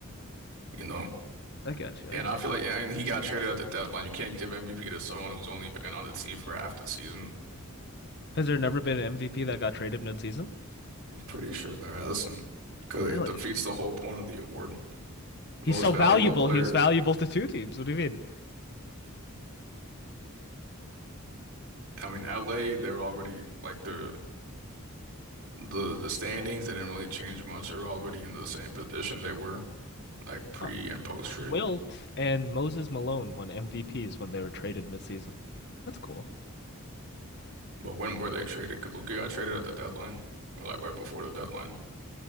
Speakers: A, on the right; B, on the left.
A: You know,
B: I got you.
A: and
B: I got
A: I feel like and he got traded at the deadline. You can't give MVP to someone who's only been on the team for half the season.
B: Has there never been an MVP that got traded mid-season?
A: I'm pretty sure there hasn't, because
B: Really?
A: it defeats the whole point of the award.
B: He's
A: Most
B: so
A: valuable
B: valuable.
A: player.
B: He was valuable to two teams. What do you mean?
A: I mean, LA, they're already like the the the standings. They didn't really change much. They're already in the same position they were like pre
B: Huh.
A: and post trade.
B: Wilt and Moses Malone won MVPs when they were traded mid-season. That's cool.
A: But when were they traded? 'Cause Luka got traded at the deadline, or like right before the deadline.